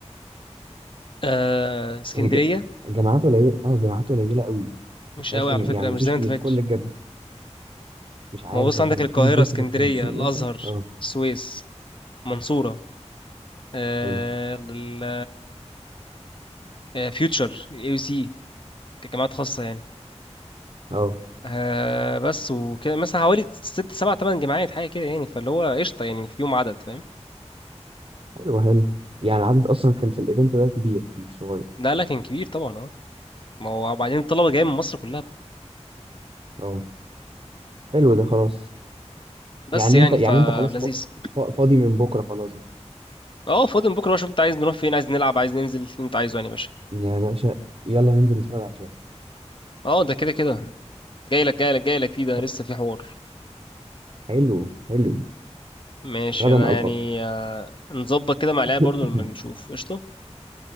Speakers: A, on the left (about 45°); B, on the right (about 50°).
A: آه، اسكندريه
B: هي ج- جامعات قليلة اه جامعات قليلة قوي
A: مش
B: ما فيهاش
A: قوي
B: يعني
A: على فكره مش
B: ما فيش
A: زي ما انت
B: مش
A: فاكر
B: كل الجامعة مش عارف
A: ما بص
B: اصل
A: عندك
B: لما
A: القاهرة
B: تيجي تبص
A: اسكندرية
B: في التنسيق
A: الأزهر
B: مثلا اه
A: السويس منصورة آه،
B: حلو
A: ال- آه، فيوتشر اي يو سي كجامعات خاصة يعني
B: اه
A: آه، بس وكده مثلا حوالي ست سبع تمن جامعات حاجة كده يعني فاللي هو قشطة يعني في يوم عدد فاهم
B: حلو حلو يعني العدد اصلا كان في الايفنت ده كبير مش صغير
A: لا لا كان كبير طبعا اه ما هو وبعدين الطلبة جاية من مصر كلها
B: اه حلو ده خلاص
A: بس
B: يعني
A: يعني
B: انت يعني
A: فلذيذ
B: انت خلاص فا- فا- فاضي من بكرة خلاص بقى.
A: اه فاضي من بكرة بقى شوف انت عايز نروح فين عايز نلعب عايز ننزل اللي انت عايزه يعني يا باشا
B: يا باشا يلا ننزل نتفرج على الكلاسيكو
A: اه ده كده كده جاي لك جاي لك جاي لك فيه ده
B: طب،
A: لسه في حوار
B: حلو حلو
A: ماشي
B: غدا
A: انا يعني
B: القاك
A: آه، نظبط كده مع العيال
B: <laughs>
A: برضو لما نشوف قشطه